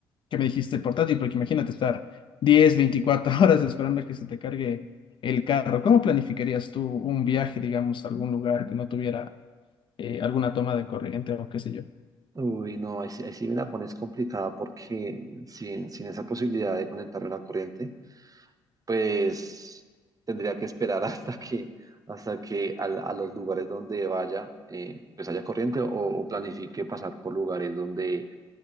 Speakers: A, on the left; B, on the right.
A: que me dijiste portátil? Porque imagínate estar 10 24 <laughs> horas esperando a que se te cargue el carro. ¿Cómo planificarías tú un viaje, digamos, a algún lugar que no tuviera eh, alguna toma de corriente o qué sé yo.
B: Uy, no, ahí sí, ahí sí me la pones complicada porque sin, sin esa posibilidad de conectarme a la corriente, pues tendría que esperar <laughs> hasta que, hasta que al- a, los lugares donde vaya, eh, pues haya corriente o, o planifique pasar por lugares donde,